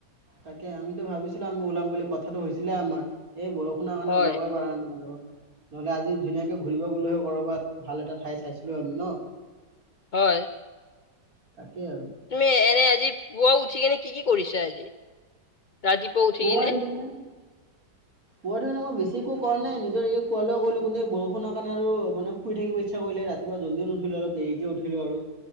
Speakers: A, on the right; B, on the left.
A: তাকে আমিতো ভাবিছিলো আমি ওলাম বুলি। কথাটো হৈছিলে আমাৰ, এই বৰষুণৰ কাৰণে
B: হয়
A: ওলাবই পৰা নাই আৰু। নহলে আজি ধুনীয়াকে ঘূৰিব গ'লে হয় কৰবাত ভাল এটা ঠাই চাইছিলো আমি ন।
B: হয়।
A: তাকেই আৰু।
B: তুমি এনে আজি পুৱা উঠি কিনে কি কি কৰিছা আজি। ৰাতিপুৱা উঠি
A: পুৱাৰ
B: কিনে।
A: ঠিকনা মই বেছি একো কৰা নাই নিজৰ এই খোৱা লোৱা কৰিলো কোনে বৰষুণৰ কাৰণে আৰু মান শুই থাকিব ইচ্ছা কৰিলে ৰাতি মই জল্দিও নুঠিলো অলপ দেৰিকে উঠিলো আৰু।